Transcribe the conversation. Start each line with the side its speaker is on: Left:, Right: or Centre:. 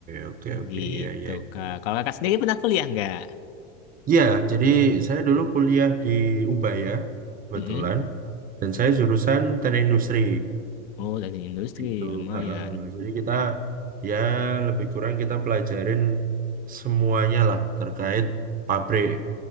Right: oke, oke.
Left: Gitu
Right: Iya, iya.
Left: Kak.
Right: iya.
Left: Kalau Kakak sendiri pernah kuliah nggak?
Right: Ya jadi saya dulu kuliah di Ubaya, kebetulan.
Left: Mm-mm.
Right: Dan saya jurusan teknik industri.
Left: Oh, dari industri
Right: gitu.
Left: lumayan.
Right: heeh. Jadi kita ya lebih kurang kita pelajarin semuanya lah terkait pabrik.